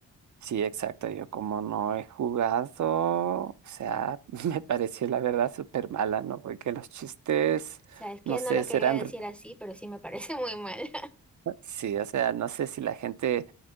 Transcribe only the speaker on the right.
Sí, exacto, yo como no he jugado, o sea, <laughs> me pareció la verdad súper mala, ¿no? Porque los chistes,
no sé,
serán,
r-
sí, o sea, no sé si la gente